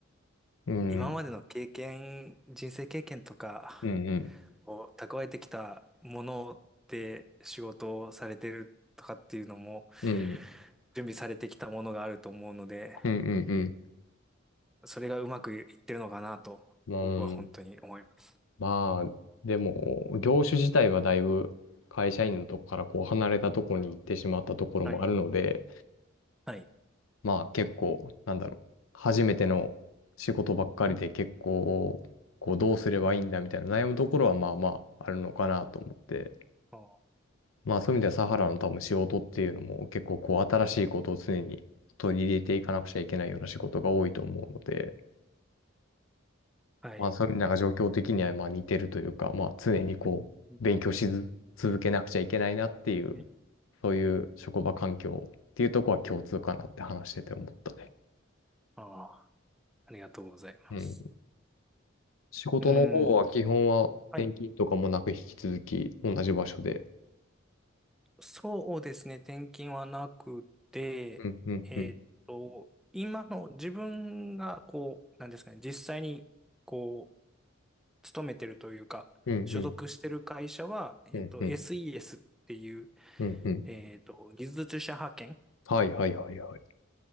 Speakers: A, on the left; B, in the centre.
A: うん、
B: 今までの経験、
A: うん、
B: 人生経験とか、
A: うん、
B: こう蓄えてきたもので仕事をされてるとかっていうのも
A: うん、
B: 準備されてきたものがあると思うので、
A: うん、うん。う
B: それがうまくいってるのかなと僕は本当に思います。
A: んまあ、でも、業種自体はだいぶ会社員のとこからこう離れたとこに行ってしまったところもあるので、
B: あはい。はい。
A: まあ結構、なんだろう、初めての仕事ばっかりで結構、
B: うん
A: こうどうすればいいんだみたいな悩むところはまあまああるのかなと思って、
B: あ
A: まあそういう意味ではサハラの多分仕事っていうのも結構こう新しいことを常に取り入れていかなくちゃいけないような仕事が多いと思うので、
B: はい。
A: まあ、そういうのが状況的にはまあ似てるというか、まあ、常にこう、
B: う
A: 勉強しず続けなくちゃいけないなっていう、
B: ん
A: そういう職場環境っていうとこは共通かなって話してて思ったね。
B: あありがとうございます。
A: うん。仕事の方は基本は転勤とかもなく引き続き同じ場所で。
B: うん。はい。そうですね。転勤はなくて、
A: うん、うん、
B: えーっと、
A: うん。
B: 今の自分がこう、なんですかね、実際にこう、勤めてるというか、
A: うん、
B: 所属してる会社は、
A: うん、
B: えっと、
A: うん、うん、
B: SES っていう、
A: うん。うん
B: えっと、技術者派遣。
A: はい、はい、はい、はい。